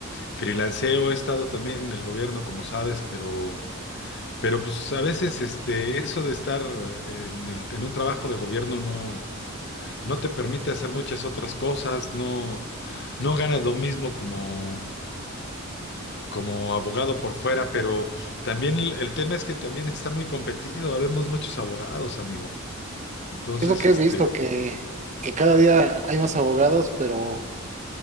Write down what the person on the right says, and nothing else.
Es lo que
he visto, que, que cada día hay más abogados, pero,